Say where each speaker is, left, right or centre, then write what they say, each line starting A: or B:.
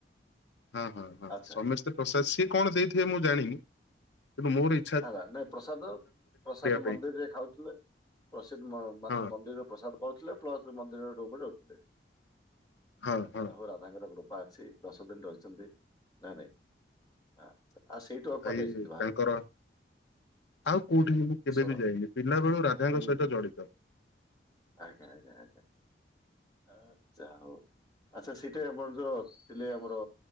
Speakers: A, on the left (about 80°); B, on the left (about 20°).
A: ହଁ ହଁ ହଁ
B: ଆଚ୍ଛା
A: ସମସ୍ତେ ତ ସେ ସିଏ କଣ ଦେଇଥିବେ ମୁଁ ଜାଣିନି କିନ୍ତୁ ମୋର ଏଇ
B: ହେଲା ନାଇଁ ପ୍ରସାଦ ପ୍ରସାଦ
A: ପାଇଁ
B: ମନ୍ଦିରରେ ଖାଉଥିଲେ ପ୍ରସିଦ୍ଦ ମାନେ
A: ହଁ
B: ମନ୍ଦିର ପ୍ରସାଦ ପାଉଥିଲେ ପ୍ଲସ ମନ୍ଦିର ରରେ ରହୁଥିଲେ
A: ହଁ ହଁ।
B: ଯା ହଉ ତାଙ୍କର କୃପା ଅଛି ଦଶ ଦିନ ରହିଛନ୍ତି ନା ନାଇଁ। ଆଉ ସେଇଠୁ ଆଉ
A: ଭାଇ
B: କୁଆଡେ ଯାଇଛନ୍ତି ବାହାରକୁ।
A: ତାଙ୍କର ଆଉ କୋଉଠି କି ମୁଁ କେବେ
B: ଶୁଣ
A: ବି ଯାଇନି ପିଲା ବେଳୁ ରାଧାଙ୍କ
B: ହୁଁ
A: ସହିତ ଜଡିତ।
B: ଆଜ୍ଞା ଆଜ୍ଞା ଆଜ୍ଞା। ଆଚ୍ଛା ହଉ ଆଚ୍ଛା ସେଟି ଆମର ଯୋଉ ଥିଲେ ଆମର